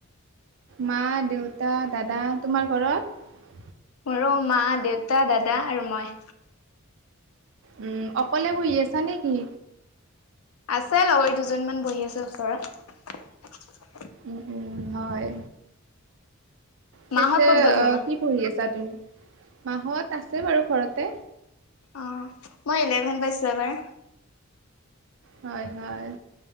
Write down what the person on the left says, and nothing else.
মোৰো মা, দেউতা, দাদা আৰু মই।
আছে লগৰ দুজনীমান বহি আছে ওচৰত।
মাহত ক'ত গ'ল
তোমাৰ
অ মই ইলেভেন পাইছো এবাৰ।